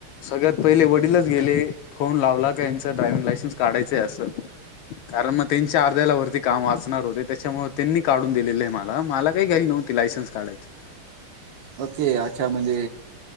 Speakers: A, on the left (about 75°); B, on the right (about 65°).
A: सगळ्यात पहिले वडीलच गेले फोन लावला का यांचं ड्रायविंग लायसनस काढयचंय असं काररण मग इन चारर्धला वरती काम वाचणार होते त्याच्यामुळे त्यांनी काढून दिलेले आहे मला मला काही घ्याली नव्हती लायसन्स काढायच <inaudible>
B: ओके अच्छा म्हणजे